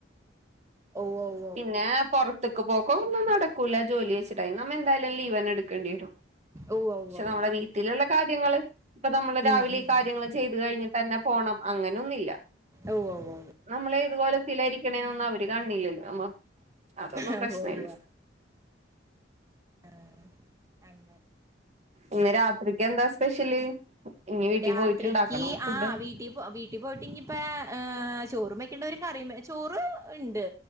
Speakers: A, on the right (about 15°); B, on the right (about 35°).
A: ഓഹ് ഓഹ് ഓഹ്
B: പിന്നെ പുറത്ത്ക്ക് പോക്കോന്നും നടക്കൂല ജോലി വെച്ച- എ നമ്മ എന്തായാലും ലീവന്ന എടുക്കേണ്ടി വരും
A: ഉവ്വ ഉവ്വ
B: പക്ഷെ നമ്മുടെ
A: ഉവ്വ
B: വീട്ടിലുള്ള കാര്യങ്ങള്- ഇപ്പൊ നമ്മള് രാവിലെ
A: ഉം ഉം
B: ഈ കാര്യങ്ങള് ചെയ്തു കഴിഞ്ഞ്ട്ടന്നെ- പോണം അങ്ങനെയൊന്നുല്ല
A: ഉവ്വ ഉവ്വ ഉവ്വ
B: നമ്മളെ - ഇത് പോലെ <unintelligible> ലായിരിക്കണേന്നും അവര് കണില്ലല്ലോ നമ്മ- അതൊന്നും
A: ആ
B: പ്രശ്നല്ല
A: ഓ ആഹ ആഹ. അങ്ങനെ.
B: ഇന്ന് രാത്രിക്ക് എന്താ സ്പെഷ്യല്? ഇനി വീട്ടിൽ
A: രാത്രിക്ക്
B: പോയിട്ടുണ്ടാക്കണോ ഫുഡ്
A: ആ വീട്ടിൽ പോ വീട്ടിൽ പോയിട്ടിഞ്ഞി ഇപ്പ- ചോറ് വയ്ക്കേണ്ടവരും കറി ചോറ് ഉണ്ട്